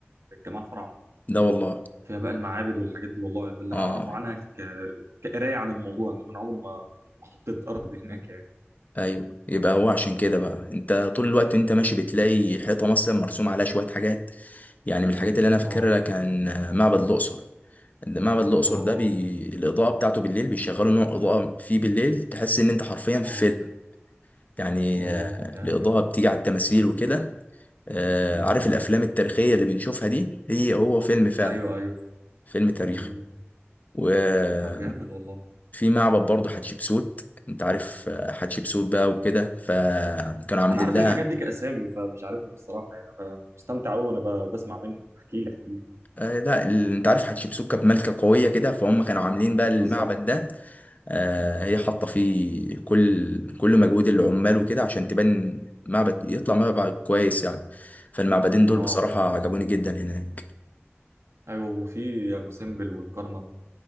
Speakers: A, on the right (about 85°); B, on the left (about 40°).
A: للجمال الفراعنه.
B: ده والله
A: فيها بقى المعابد والحاجات دي والله ده اللي
B: اه
A: انا اعرفه عنها ك... كقرايه عن الموضوع انما انا عمري ما ما حطيت ارض هناك يعني
B: ايوه يبقى هو عشان كده بقى انت طول الوقت انت ماشي
A: امم
B: بتلاقي حيطه مثلا مرسوم عليها شويه حاجات يعني من الحاجات اللي انا فاكرها
A: اه
B: كان آه، معبد الاقصر معبد الاقصر
A: اه
B: ده
A: اه
B: بي... الاضاءه بتاعته بالليل بيشغلوا نوع اضاءه فيه بالليل تحس ان انت حرفيا في
A: اه
B: فيلم يعني
A: اه
B: آه،
A: جامد
B: الاضاءه بتيجي على التماثيل وكده آه،
A: ايوه
B: عارف
A: ايوه
B: الافلام التاريخيه اللي بنشوفها دي هي هو فيلم فعلا
A: ايوه ايوه
B: فيلم تاريخي
A: امم
B: وفي
A: طب جامد والله
B: معبد برضه حتشبسوت انت عارف آه، حتشبسوت بقى وكده فكانوا عاملين
A: انا عارف
B: لها
A: الحاجات دي كاسامي فمش عارفهم بصراحه يعني انا مستمتع قوي وانا ب- بسمع منك احكي لي احكي لي
B: آه، لا ال- انت عارف حتشبسوت كانت ملكه قويه كده فهم كانوا عاملين بقى المعبد
A: بالظبط
B: ده آه، هي حاطه فيه كل كل مجهود العمال وكده عشان تبان معبد يطلع معبد كويس يعني فالمعبدين دول
A: اه
B: بصراحه عجبوني جدا هناك
A: ايوه وفي ابو سمبل والكرنك